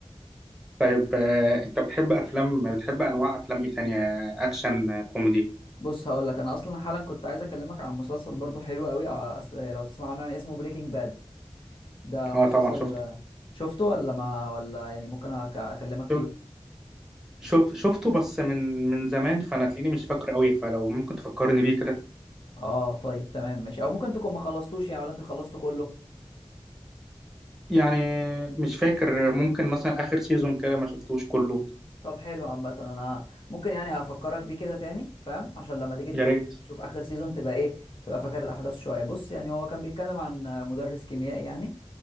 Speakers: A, in the centre; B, on the left.
A: طيب آه، انت بتحب افلام بتحب انواع افلام ايه تانية اكشن آه، كوميدي
B: بص هقول لك انا اصلا حالا كنت عايز اكلمك عن مسلسل برضو حلو قوي ع- أس- لو تسمع عنه يعني اسمه بريكنج باد ده
A: اه
B: مسلسل
A: طبعا شفت
B: آه، شفته ولا ما ولا يعني ممكن أك- اكلمك فيه
A: شوف شوف شفته بس من من زمان فانا تلاقيني مش فاكره قوي فلو ممكن تفكرني بيه كده
B: اه طيب تمام ماشي او ممكن تكون ما خلصتوش يعني ولا انت خلصته كله
A: يعني مش فاكر ممكن مثلا اخر سيزون كده ما شفتوش كله
B: طب حلو عامه انا ممكن يعني افكرك بيه كده تاني فاهم عشان لما تيجي ت-
A: يا ريت
B: تشوف اخر سيزون تبقى ايه تبقى فاكر الاحداث شويه بص يعني هو كان بيتكلم عن آه، مدرس كيميائي يعني